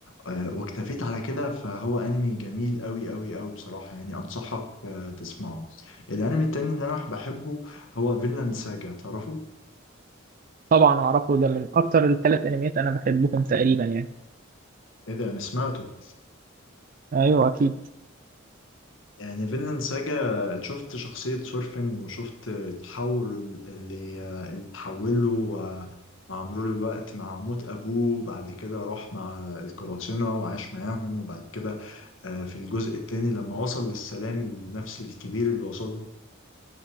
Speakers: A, on the left; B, on the right.
A: آه، واكتفيت على كده فهو انمي جميل قوي قوي قوي بصراحة يعني انصحك آه، تسمعه الانمي التاني اللي انا بحبه هو فينلاند ساجا تعرفه
B: طبعا أعرفه ده من أكتر الثلاث أنميات أنا بحبهم تقريبا يعني
A: ايه ده انا سمعته
B: أيوه أكيد
A: يعني فينلاند ساجا شفت شخصية سورفن وشفت التحول اللي آه، اللي اتحوله آه، مع مرور الوقت مع موت أبوه بعد كده راح مع القراصنة وعاش معاهم وبعد كده آه، في الجزء التاني لما وصل للسلام النفسي الكبير اللي وصل له